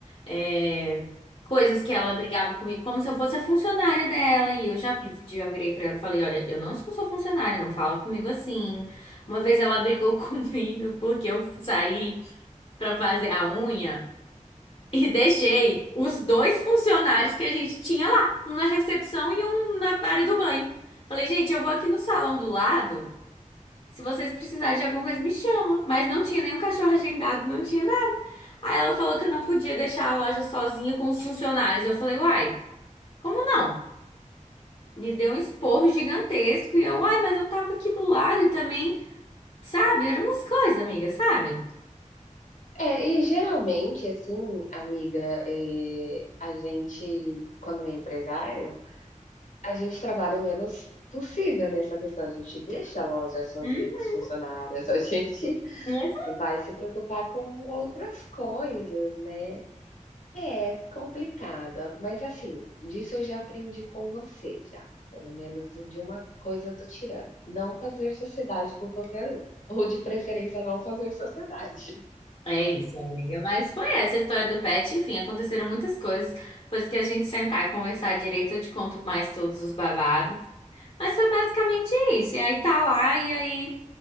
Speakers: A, on the left; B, on the left.
A: é, coisas que ela brigava comigo, como se eu fosse a funcionária dela. E eu já, já virei pra ela e falei, olha, eu não sou sua funcionária, não fala comigo assim. Uma vez ela brigou <laughs> comigo porque eu saí pra fazer a unha e deixei os dois funcionários que a gente tinha lá, um na recepção e um na área do banho. Falei, gente, eu vou aqui no salão do lado. Se vocês precisarem de alguma coisa, me chama. Mas não tinha nenhum cachorro agendado, não tinha nada. Aí ela falou que eu não podia deixar a loja sozinha com os funcionários. Eu falei, uai, como não? Me deu um esporro gigantesco e eu, uai, mas eu tava aqui do lado e também, sabe? Eram umas coisas, amiga, sabe?
B: É, e geralmente, assim, amiga, eh, a gente, quando é empresário, a gente trabalha o menos possível nessa questão. A gente deixa a loja sozinha
A: Hum,
B: com os funcionários, a <laughs> gente
A: mas
B: vai se preocupar com outras coisas, né. É complicado, a mas assim, disso eu já aprendi com você já, pelo menos de uma coisa eu tô tirando, não fazer sociedade com qualquer um, ou de preferência não fazer sociedade.
A: É isso, amiga. Mas foi essa a história do pet. Enfim, aconteceram muitas coisas. Depois que a gente sentar e conversar direito, eu te conto mais todos os babados. Mas foi basicamente isso. E aí tá lá, e aí.